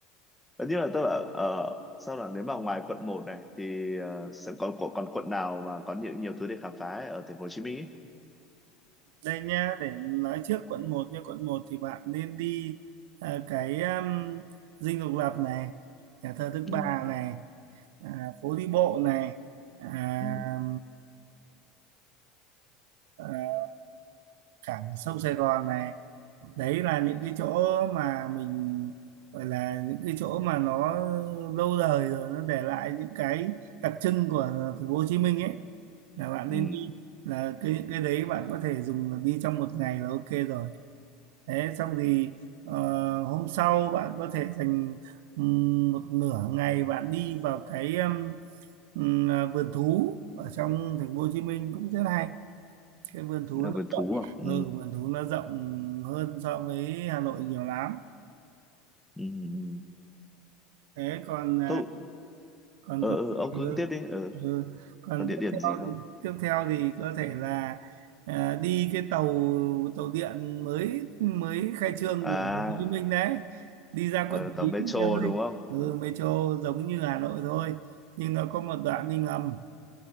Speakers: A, in the centre; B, on the right.
A: nhưng mà tức là uh, sao là nếu mà ngoài quận một này thì ờ, sẽ còn còn còn quận nào mà có nhiều nhiều thứ để khám phá ấy ở thành phố Hồ Chí Minh ấy?
B: đây nhá để nói trước quận một như quận một thì bạn nên đi ờ, cái um, Dinh Độc Lập này nhà thờ Đức Bà
A: Ừ,
B: này à, phố đi bộ này à,
A: ừ,
B: ờ, ờ, cảng sông Sài Gòn này đấy là những cái chỗ mà mình gọi là những cái chỗ mà nó lâu đời rồi nó để lại những cái đặc trưng của thành phố Hồ Chí Minh ấy là bạn
A: ừ,
B: nên đi là cái cái đấy bạn có thể dùng là đi trong một ngày là ok rồi thế xong thì ờ, hôm sau bạn có thể dành ừm, một nửa ngày bạn đi vào cái ừm, ừm, vườn thú ở trong thành phố Hồ Chí Minh cũng rất hay cái vườn thú
A: là vườn thú à? Ừ,
B: ừ, vườn thú nó rộng hơn so với Hà Nội nhiều lắm
A: ừ, ừ.
B: thế còn à,
A: Tôi,
B: còn
A: ờ,
B: còn
A: ờ, ông
B: ừ,
A: cứ tiếp đi. Ờ,
B: ừ. còn
A: còn địa
B: tiếp
A: điểm
B: theo
A: gì không?
B: tiếp theo thì có thể là à, đi cái tàu tàu điện mới mới khai trương
A: À,
B: của Hồ Chí Minh đấy đi ra
A: ờ,
B: quận
A: tàu
B: 9
A: metro
B: chơi
A: đúng không?
B: ừ,
A: Ừ.
B: metro giống như Hà Nội thôi nhưng nó có một đoạn đi ngầm